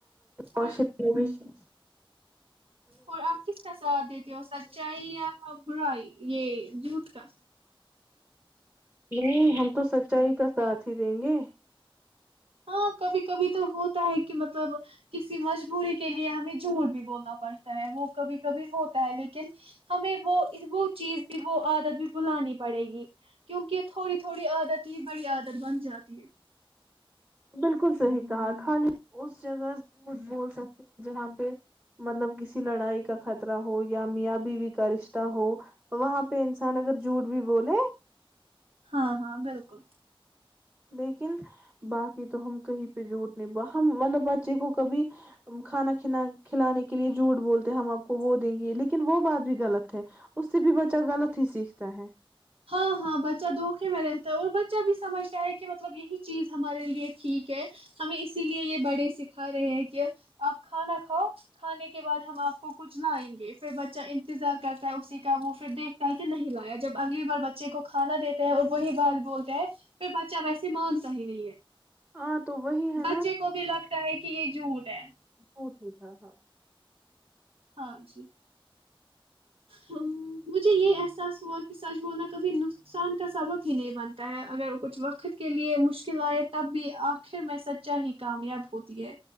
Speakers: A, on the right; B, on the right.
A: اور
B: آش <unintelligible>
A: اور آپ کس کا سواد دیتے ہو سچائی یا برائی یہ جووٹ کا
B: نہیں ہم تو سچائی کا ساتھ ہی دیں گے
A: ہاں کبھی کبھی تو ہوتا ہے کہ مطلب کسی مجبوری کے لیے ہمیں جھوٹ بھی بولنا پڑتا ہے وہ کبھی کبھی ہوتا ہے لیکن ہمیں وہ وہ چیز بھی وہ عادت بھی بلانی پڑے گی کیونکہ تھوڑی تھوڑی عادت ہی بڑی عادت بن جاتی ہے
B: بالکل صحیح کہا خالی اس جگہ جھوٹ بول سکتے ہیں جہاں پہ مطلب کسی لڑائی کا خطرہ ہو یا میاں بیوی کا رشتہ ہو وہاں پہ انسان اگر جھوٹ بھی بولے
A: ہاں ہاں بالکل
B: لیکن باقی تو ہم کہیں پہ جوٹ نہیں ہم مطلب بچے کو کبھی کھانا کھ کھلانے کے لیے جھوٹ بولتے ہم آپ کو وہ دیں گے لیکن وہ بات بھی غلط ہے اس سے بھی بچہ غلط ہی سیکھتا ہے
A: ہاں ہاں بچہ دھوکے میں رہتا ہے اور بچہ بھی سمجھتا ہے کہ مطلب یہی چیز ہمارے لیے ٹھیک ہے ہمیں اسی لیے یہ بڑے سکھا رہے ہیں کہ آپ کھانا کھاؤ کھانے کے بعد ہم آپ کو کچھ لائیں گے پھر بچہ انتظار کرتا ہے اسی کا وہ پھر دیکھتا ہے کہ نہیں لایا جب اگلیے بچے کو کھانا دیتے ہیں اور وہی بات بولتے ہیں پھر بچہ ویسے مانتا ہی نہیں ہے
B: ہاں تو وہی ہے
A: بچے کو بھی لگتا ہے کہ یہ جوھوٹ ہے
B: ج ٹھیک ہے ہاں <unintelligible>
A: ہاں جی ہ مجھے یہ احساس ہوا کہ سچ بولنا کبھی نقصان کا سبب ہی نہیں بنتا ہے اگر کچھ وقت کے لیے مشکل آئے تب بھی آخر میں سچائی ہی کامیاب ہوتی ہے